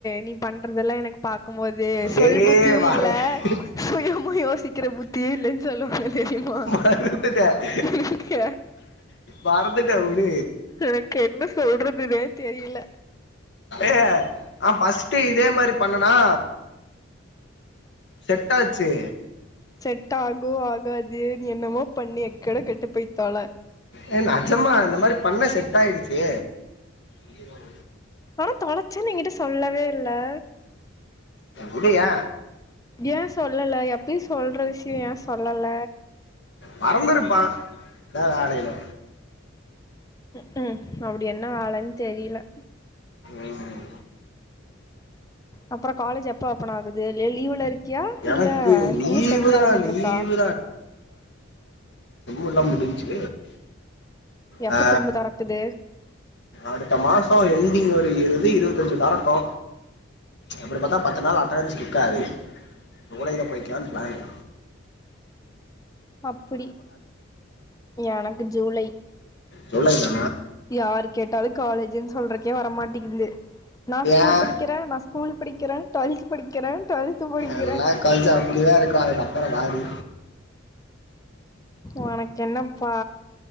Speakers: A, on the left; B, on the left.
A: நீ பண்றதெல்லா எனக்கு க்கும் போது
B: சரி
A: சொல் புத்தியும்
B: மறந்து
A: இல்ல சுய மூலியொ யோசி க்கிற புத்திய இல்லன் சொல்லுவாங்க தெரியுமா
B: மறந்துட்டேன்
A: இருக்க
B: மறந்துட்டே உடூ
A: எனக்கு என்ன சொல்றதுனே தெரியல
B: ஏ ஆ பஸ்ட் இதே மாரி பண்ணன் ஆ செட்டாச்சு
A: செட் தகு ஆகாது என்னமோ பண்ணி எக்கெட கெட்டுப் போய்த்தொள
B: ஏ நெஜம்மா நம் இந் மாரி பண்ண செட் ஆய்டுச்சு பீரோவெ
A: ஆனாத் தொலச்சேன்னு என்கிட்ட சொல்லவே இல்லே
B: உடுயே
A: ஏ சொல்லல எப்டி சொல்ற விஷ்யோ ஏ சொல் சொல்லல
B: மறந்திருப்பான் எதா வேலைலெ
A: ம்ஹும் அப்படி என்ன வேலைன்னு தெரீலெ
B: ம்
A: அப்ரோ காலேஜ் எப் பப்பன் ஆகுது லெ லீவுல இருக்கியா
B: எனக்கு
A: இல்லே
B: லீவு
A: இன்னு செம்மு
B: தான்
A: நடந்துட்டுருக்கா
B: லீவு எல்லாம் முடிஞ்ச்சு
A: எப்ப
B: ஹ
A: திரும்ப தொறக்குது
B: அடுத்த மாசம் என்டிங் ஒரு எது இரு கொஞ்சோ தரட்டோ அப்படி பாத்தா பத்து நாள் அடனன்ஸ் நிக்காது குடயிலெ போய்க்கலாம் பிளானு
A: அப்புடி எனக்கு ஜூலை
B: ஜூலைதா
A: யாரு கேட்டாலு காலேஜுன்னு சொல்றக்கே வரமாட் ட்ங்குது நா ஸ்கூல்
B: ஏன்
A: படிக்ற நா ஸ்கூல் படிக்ற டுவெல்த் படிக்ற டுவெல்த் படிக்ற
B: எல்லா காலேஜும் அப்படிதான் இருக்கும் அதுக்கப்புறம் வாடி
A: உனக்கு என்னப்பா